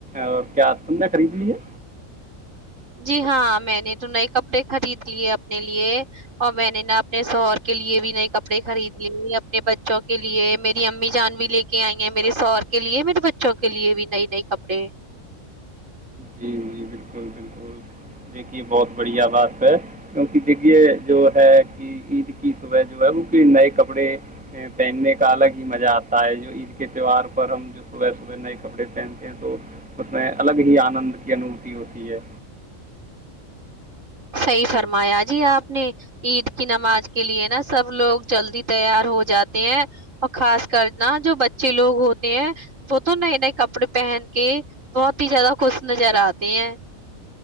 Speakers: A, in the centre; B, on the right.
A: اور کیا تم نے خرید لی ہے
B: جی ہاں میں نے تو نئے کپڑے خرید لیے اپنے لیے اور میں نے نا اپنے سوہر کے لیے بھی نئے کپڑے خرید لیے اپنے بچوں کے لیے میری امی جان بھی لے کے آئی ہیں میرے سہر کے لیے میرے بچوں کے لیے بھی نئی نئے کپڑے
A: جی جی بالکل بالکل دیکھیے بہت بڑھیا بات ہے کیونکہ دیکے جو ہے کہ عید کی صبح جو ہے وہ کو نئے کپڑے پہننے کا الگ ہی مزہ آتا ہے جو عید کے تہوار پر ہم جو صبح صبح نئے کپڑے پہنتے ہیں تو اس میں الگ ہی آنند کی انوھتی ہوتی ہے
B: صحیح فرمایا جی آپ نے عید کی نماز کے لیے نا سب لوگ جلدی تیار ہو جاتے ہیں اور خاص کر نا جو بچے لوگ ہوتے ہیں وہ تو نئے نئے کپڑے پہن کے بہت ہی زیادہ خوش نظر آتے ہیں